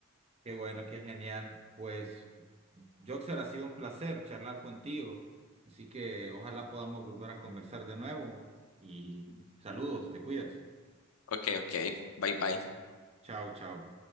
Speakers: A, on the right (about 30°); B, on the left (about 70°).
A: Qué bueno, qué genial. Pues, Joxer, ha sido un placer charlar contigo. Así que ojalá podamos volver a conversar de nuevo. Y saludos, te cuidas.
B: Ok, ok, bye bye.
A: Chao, chao.